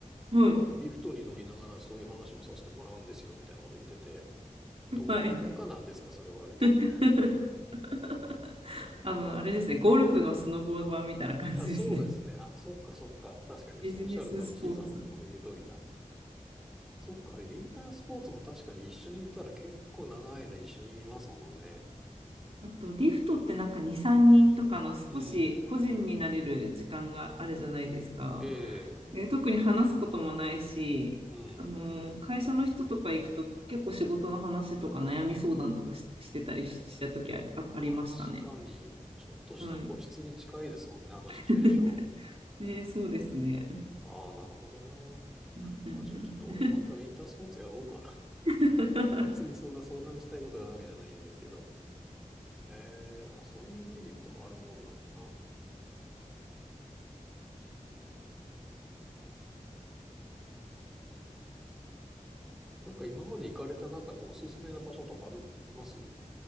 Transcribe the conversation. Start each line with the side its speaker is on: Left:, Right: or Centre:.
Right: うんうん。はい。
Centre: リフトに乗りながらそういう話もさせてもらうんですよ、みたいなこと言ってて、どういう仲なんですか、
Right: はい。
Centre: それは、みたいな。
Right: <laughs> <laughs>
Centre: <laughs>
Right: あの、あれですね、ゴルフのスノボ版みたいな感じですね。
Centre: あ、そうですね。あ、そっかそっか。確かに、
Right: <laughs> ビジネススポーツ。
Centre: そうおっしゃる通り、ちいさんの言う通りだ。そっか、ウィンタースポーツも確かに一緒に行ったら結構長い間一緒にいますもんね。
Right: あと、リフトってなんか2、3人とかの少し個人になれる時間があるじゃないですか。
Centre: うん。ええ、
Right: で特に話すこともないし、
Centre: うん。
Right: あの、会社の人とか行くと結構仕事の話とか悩み相談とかし、してたりしした時あ、あ、ありましたね。
Centre: 確かに、ちょっとした個室に近いですもんね、
Right: はい。
Centre: あのシチュエーション。
Right: <laughs> ね、そうですね。
Centre: ああ、なるほどな。
Right: うんうんう
Centre: あ、じゃあちょっと俺もまたウィンタースポーツやろうかな。
Right: ん
Centre: <laughs> 別にそんな相談したいことがあるわけじゃないんですけど。
Right: <laughs>
Centre: ええ、あ、そういうメリットもあるもんなんだな。なんか今まで行かれた中でおすすめな場所とかある、あります